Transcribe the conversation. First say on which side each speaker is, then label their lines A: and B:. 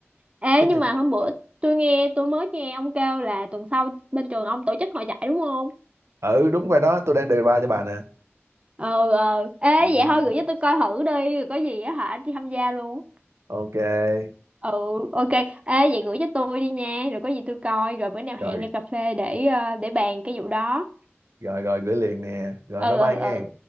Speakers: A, on the right; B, on the right.
A: Ê,
B: cái
A: nhưng
B: trò-
A: mà hôm bữa tôi nghe tôi mới nghe ông kêu là tuần sau bên trường ông tổ chức hội chạy đúng không?
B: ừ đúng rồi đó tôi đang đề ba cho bà nè
A: Ờ ờ. Ê
B: ừ.
A: vậy thôi gửi cho tôi coi thử đi, rồi có gì á hả đi tham gia luôn.
B: ok
A: ừ ok ê vậy gửi cho tôi đi nha rồi có gì tôi coi rồi bữa nào hẹn
B: rồi
A: ra cà phê để ờ, để bàn cái vụ đó
B: rồi rồi gửi liền nè rồi
A: ừ
B: bye bye
A: ừ
B: nghe
A: ừ